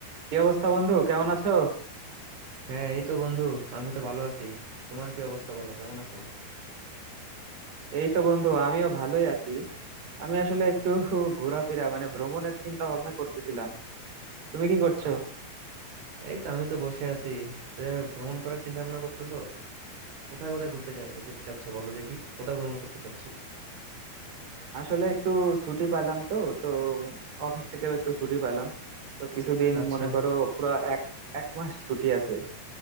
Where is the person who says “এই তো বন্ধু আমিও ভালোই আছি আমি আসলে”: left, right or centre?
Right